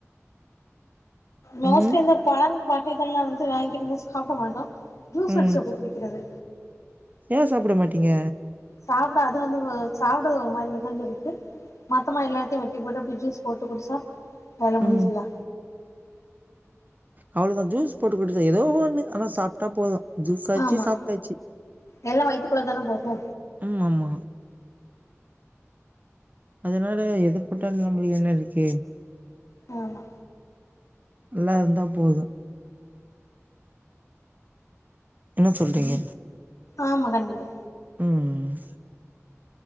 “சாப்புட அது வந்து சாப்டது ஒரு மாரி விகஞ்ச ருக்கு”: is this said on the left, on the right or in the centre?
Left